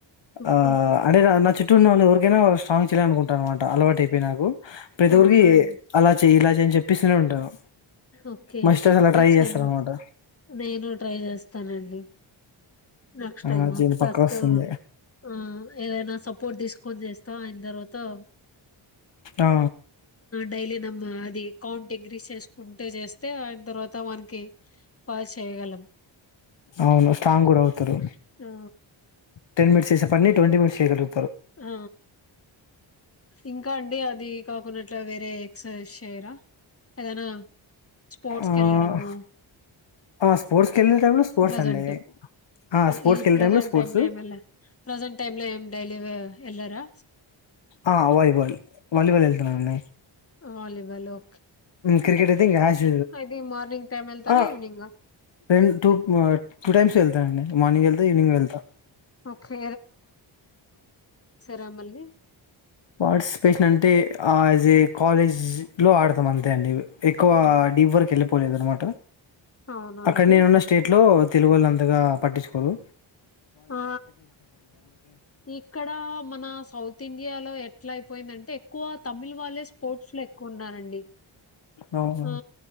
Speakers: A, on the left; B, on the left.
A: ఓకే.
B: ఆ అంటే నా చ చిట్టూ ఉవ ఇరిగేనా సావించలే అనుకుంటను మాట అలవాయిపోయి నాకు ప్రతి
A: అవునా
B: ఒరికి
A: అండి?
B: అలా చె నేను చెప్పస్తూనే ఉంటాను
A: ఓకే
B: మా సిస్టర్స్ అలా
A: నెక్స్ట్
B: ట్రై చేస్తారనమాట
A: టైమ్ నేను ట్రై చేస్తా తరలి నెక్స్ట్
B: ఆ
A: టైమ్
B: దీని
A: ఫస్ట్
B: పక్క వస్తుంది
A: ఆ ఏదైనా సపోర్ట్ తీసుకొని చేస్త ఇందరుతో
B: ఆ
A: డైలీ నమ్ అది కౌంటంగ్ రీసర్జ్ కుంటే చేస్తే ఆయన తర్వాత మనకి పాస్ చేయగలం
B: అవును స్టంగ్ కూడా అవుతారు
A: ఆ
B: టెన్ మిట్స్ చేస అన్నీట్ంటీ మనిట్ చేయలు
A: ఆ ఇంకా అండి అది కాకుండాట్లా వేరే ఎక్సైజ చేయరా ఏదనా స్పోర్ట్స్
B: ఆహ్,
A: వెళ్ళడము
B: ఆ స్పోర్ట్స్కి వెళ్ళే టైంలో స్పోర్ట్స్
A: ప్రజెంట్
B: అండి ఆ స్పోర్ట్స్కి
A: ఈ
B: వెళ్ళే
A: ప్రజెంట్
B: టైంలో స్పోర్ట్స్
A: టై లో ఏ ప్రజెంట్ టై లో ఏడైలీ ఎలరా
B: ఆ వాలీబాల్ వాలీబాల్ వెళ్తున్నాండి
A: వాలీబాల్ ఓ
B: క్రికెట్ అయితే ఇంకా హ్యాచ్
A: ఇది మార్నింగ్ టైమ్ వెళ్తారా
B: ఆ
A: ఈవినింగా
B: రెం టూ టూ టైమ్స్ వెళ్తానండి మార్నింగ్ వెళ్తా ఈవినింగ్ వెళ్తా
A: ఓకే గమల్
B: పార్టిసిపేషన్ అంటే యాజ్ ఏ కాలేజ్ ఆడతాం అంతే అండివి ఎక్కువ
A: ఉహు.
B: డీప్ వరకు వెళ్ళిపోలేదనమాట
A: అవునండి
B: అక్కడ నేనున్న స్టేట్ లో తెలుగు వాళ్ళు అంతగా పట్టిచుకోరు
A: ఆ ఇక్కడ మన సౌత్ ఇండియాలో ఎట్లా అయిపోయిందంటే ఎక్కువ తమిళ్ వాళ్ళే స్పోర్ట్స్ లో ఎక్కువ ఉన్నారండి
B: అవును
A: అ ఆ